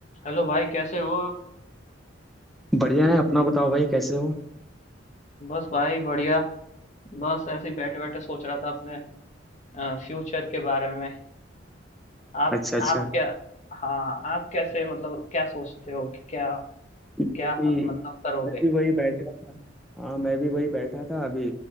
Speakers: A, on the left; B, in the centre.
A: Hello भाई कैसे हो आप
B: बढ़िया है अपना बताओ भाई कैसे हो
A: बस भाई बढ़िया बस ऐसे ही बैठे बैठे सोच रहा था अपने फ्यूचर के बारे में आप
B: अच्छा अच्छा
A: आप क्या हाँ आप कैसे मतलब क्या सोचते हो कि क्या
B: मैं
A: क्या
B: भी
A: मतलब करोगे
B: मैं भी वही बैठा था हाँ मैं भी वही बैठा था अभी